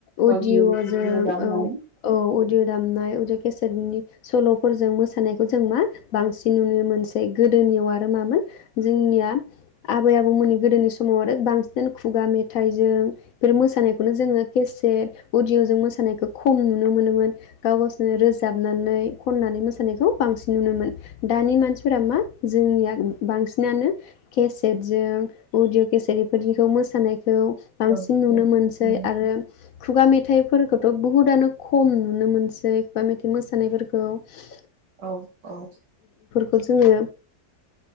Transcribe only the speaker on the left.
अदिअ'
जों
औ औ अदिअ' दामनाय अदिअ' केस सोरनि सल'फोरजों मोसानायखौ जों मा बांसिन नुनो मोनसै गोदोनियाव आरो मामोन जोंनिया आबै -आबौमोननि गोदोनि समाव आरो बांसिन खुगा मेथाइजों इफोर मोसानायखौनो जोङो केसेट उदिय'जों मोसानायखौ खम नुनो मोनोमोन गाव गावसोरनो रोजाबनानै खननानै मोसानायखौ बांसिन नुनोमोन दानि मानसिफोरा मा जोंनिया बांसिनानो केसेटजों अदिअ' केसेट इफोरदिखौ मोसानाय खौ बांसिन
नुनो
मोनसै
आरो खुगा मेथाइफोरखौथ' बुहुदआनो खम नुनो मोनसै खुगा मेथाइ मोसानायफोरखौ ।
खौ जोङो